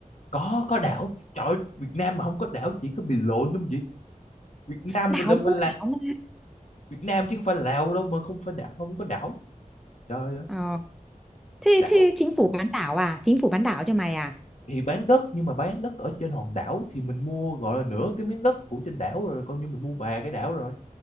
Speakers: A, on the left; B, in the centre.
A: có có đảo trời ơi, Việt Nam mà không có đảo chỉ có bị lộn đúng không chị Việt Nam
B: đảo
A: mình là phải
B: mua
A: là
B: đảo mà
A: Việt Nam chứ không phải Lào đâu mà không phải đảo không có đảo trời ơi
B: ờ. thế
A: đảo
B: thế chính phủ bán đảo à chính phủ bán đảo cho mày à
A: thì bán đất nhưng mà bán đất ở trên hòn đảo thì mình mua gọi là nửa cái miếng đất của trên đảo rồi coi như mình mua bà cái đảo rồi